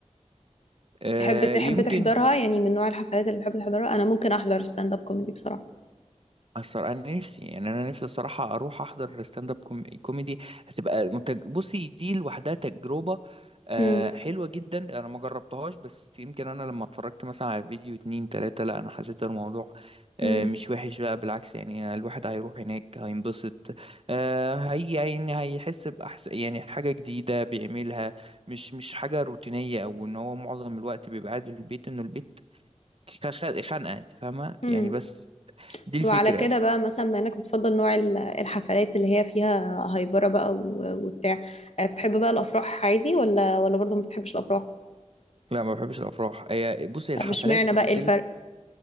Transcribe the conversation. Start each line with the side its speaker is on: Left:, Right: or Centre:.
Right: آه،
Left: تحب تحب
Right: يمكن
Left: تحضرها يعني من نوع الحفلات اللي تحب تحضرها انا ممكن احضر ستاند اب كوميدي بصراحه
Right: الصراحة أنا نفسي يعني أنا نفسي الصراحة أروح أحضر ستاند أب كوم- كوميدي هتبقى منتج بصي دي لوحدها تجربة آه،
Left: امم
Right: حلوة جدا أنا ما جربتهاش بس يمكن أنا لما اتفرجت مثلا على فيديو اتنين تلاتة لا أنا حسيت الموضوع آه،
Left: امم
Right: مش وحش بقى بالعكس يعني الواحد هيروح هناك هينبسط آه، هي يعني هيحس بأحسن يعني حاجة جديدة بيعملها مش مش حاجة روتينية أو إن هو معظم الوقت بيبقى قاعد في البيت إنه البيت خ- خ- خانقة أنت فاهمة
Left: امم
Right: يعني بس دي الفكرة
Left: وعلى كده بقى مثلا بما انك بتفضل نوع ال- الحفلات اللي هي فيها هايبره بقى و- وبتاع آه، بتحب بقى الافراح عادي ولا ولا برضه ما بتحبش الافراح
Right: لا ما بحبش الافراح هي بص هي الحفلات
Left: آه، مش معنى
Right: زي
Left: بقى
Right: ما قلت
Left: ايه الفرق
Right: لك